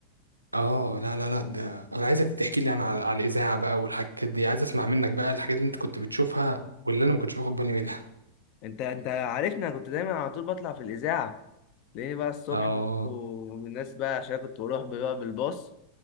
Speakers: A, on the right; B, on the left.
A: اه لا لا لا ده انا عايزك تحكي لي انا على, على الاذاعه بقى والحاجات دي عايز اسمع منك بقى الحاجات اللي انت كنت بتشوفها واللي انا ما كنتش باخد بالي منها
B: انت انت عارفني انا كنت دايما على طول بطلع في الاذاعه تلاقيني بقى الصبح
A: اه
B: ومن الناس بقى عشان كنت بروح بقى بالباص